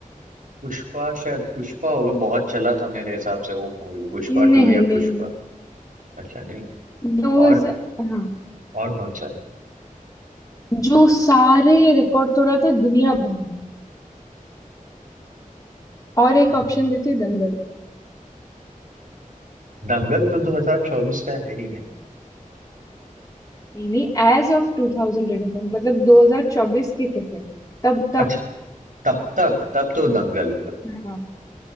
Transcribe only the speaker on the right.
पुष्पा शायद पुष्पा होगा बहुत चला था मेरे हिसाब से वो मूवी पुष्पा
टू या
पुष्पा अच्छा नहीं
और
और कौन सा
है
दंगल तो 2024 का है ही नहीं
अच्छा तब तक तब तो दंगल होगा